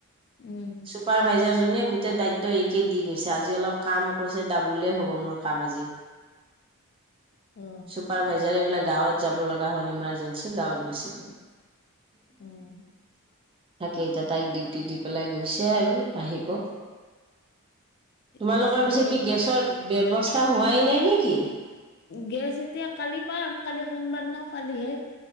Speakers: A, on the left; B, on the right.
A: উম
B: চুপাৰভাইজাৰ জনীয়ে গোটেই দায়িত্ব এইকে দি গৈছে আজি অলপ কাম কৈছে দাবলে হব মোৰ কাম আজি।
A: অ
B: চুপাৰ ভাইজাৰ এইবিলাক গাঁৱত যাব লগা হ'ল ইমাৰজেন্সি গাঁৱত গুচি <unintelligible>
A: উম
B: তাকে এতিয়া তাইক ডিউটি দি পেলাই গৈছে আৰু আহিব। তোমালোকৰ
A: ঠিকে আছে
B: পিছে
A: দিয়ক
B: কি গেছৰ ব্যবস্থা হোৱাই নাই নেকি। <unintelligible>
A: গেছ এতিয়া কালি পাম কালি সোমবাৰ ন কালিহে